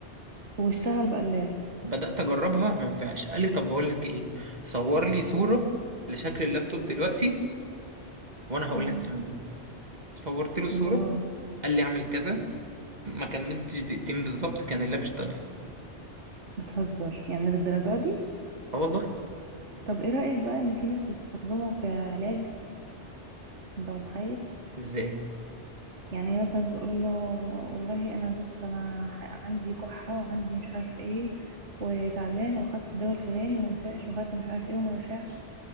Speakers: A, on the right (about 85°); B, on the right (about 40°).
A: واشتغل بقلاب
B: بدأت أجربها ما ينفعش قال لي طب بقول لك إيه صور لي صورة لشكل اللابتوب دلوقتي وأنا هقول
A: مم.
B: لك تعمل إيه صورت له صورة
A: الله
B: قال لي أعمل كذا ما كملتش دقيقتين بالظبط كان اللاب اشتغل
A: بتهزر يعني للدرجة دي
B: أه والله
A: طب ايه رأيك بقى ان في ناس بتستخدمه كعلاج انت متخيل
B: إزاي
A: يعني إيه مثلا تقول له والله انا بص انا ح- عندي كحة وعندي مش عارف ايه وتعبان واخدت الدواء الفلاني وما نفعش واخدت مش عارف ايه وما نفعش